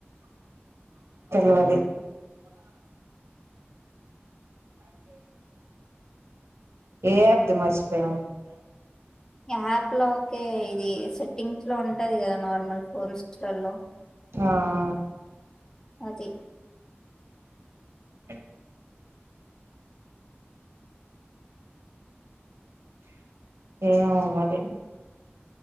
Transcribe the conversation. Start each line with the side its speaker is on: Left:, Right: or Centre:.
Right: తెల్వది. ఏ ఆప్ ది మర్చిపోయినవు.
Left: యాప్ లో ఒకే ఇది సెట్టింగ్స్ లో ఉంటది కదా నార్మల్ ఫోన్స్ లలో
Right: ఆ
Left: అది
Right: అ ఏమో మరి